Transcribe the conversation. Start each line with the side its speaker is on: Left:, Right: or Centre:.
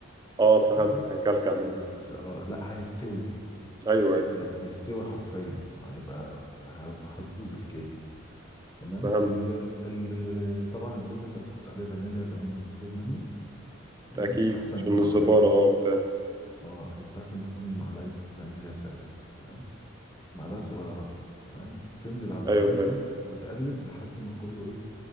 Right: اه فهمت
Left: تمام
Right: هيكلكع مني
Left: فبت... ف... آه، لا هيستوي
Right: أيوه أيوه
Left: ف... هيستوي حرفيا وهيبقى هب- هتبوظ الكيكه تمام
Right: فهمت
Left: ال... ال... ال- طبعا البيض انت بتحط عليه فانيليا ده امر مفروغ منه تمام
Right: أكيد
Left: مستحسن
Right: عشان
Left: معلقه
Right: الزفارة اه وبتاع
Left: اه يستحسن تكون معلقة فانيليا سائلة تمام معلقة صغيرة تمام تنزل على الخليط
Right: أيوه فاهم
Left: ده وتقلب لحد ما كله ايه